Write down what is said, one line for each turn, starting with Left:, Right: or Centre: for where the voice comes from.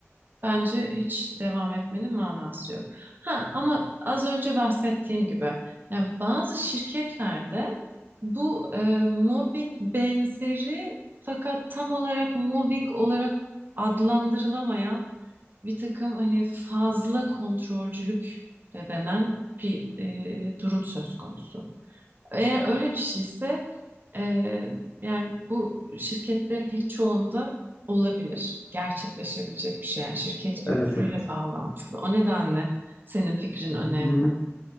Right: Bence hiç devam etmenin manası yok. Ha ama az önce bahsettiğim gibi yani bazı şirketlerde bu e, mobbing benzeri fakat tam olarak mobbing olarak adlandırılamayan bir takım hani fazla kontrolcülük de denen bir e, durum söz konusu. Eğer öyle bir şeyse eee, yani bu şirketlerin pek çoğunda olabilir, gerçekleşebilecek bir şey. Yani şirket kültürüyle
Left: Evet, evet.
Right: bağlantılı. O nedenle senin fikrin önemli.
Left: Hı hı.